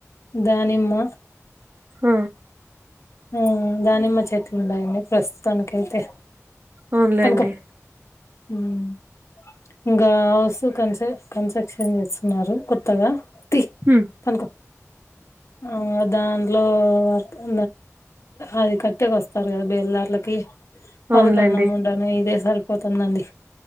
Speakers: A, on the left; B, on the right.
A: దానిమ్మ
B: హ
A: ఉమ్ దానిమ్మ చెట్లు ఉడాయండి ప్రస్తుతానికి అయితే
B: అవునులేండి.
A: కనుక ఉమ్ ఇంకా హౌస్ కన్సె కన్స్ట్రక్షన్ చేస్తున్నారు కొత్తగా తి
B: హు
A: పనుకో ఉమ్ దాంట్లో వర్కు అది కట్టేకి వస్తారు కదా బెలర్లకి
B: అవునులేండి.
A: వాళ్ళకి అన్నం వండాలి ఇదే సరిపోతుందండి